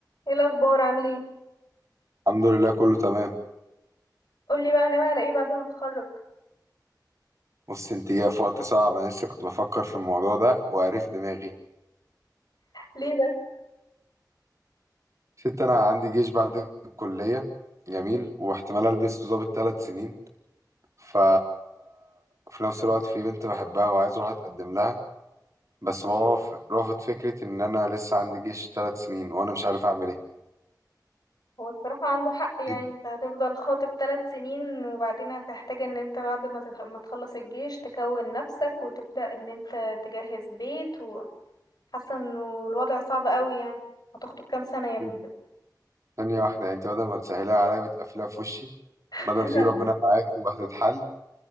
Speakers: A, on the left; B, on the right.
A: ايه الاخبار عامل ايه
B: الحمد لله كله تمام
A: قولي بقى ناوي على ايه بعد ما تتخرج
B: بص انت جاي في وقت صعب انا لسه كنت بفكر في الموضوع ده وقريف دماغي
A: ليه بس
B: ست انا عندي جيش بعد الكليه جميل واحتمال البس ضابط ثلاث سنين ف في نفس الوقت في بنت بحبها وعايز اروح اتقدم لها بس بابا ف- رافض فكره ان انا لسه عندي جيش ثلاث سنين وانا مش عارف اعمل ايه
A: هو الصراحه عنده حق يعني
B: انت-
A: انت هتفضل خاطب ثلاث سنين وبعدين هتحتاج ان انت بعد ما تت- ما تخلص الجيش تكون نفسك وتبدا ان انت تجهز بيت وحاسه انه الوضع صعب قوي يعني هتخطب كام سنه يا ابني
B: انت-
A: كده
B: ثانيه واحده يعني انت بدل ما تسهلها عليا بتقفلها في وشي
A: <laughs>
B: بدل ما تقولي ربنا معاك وهتتحل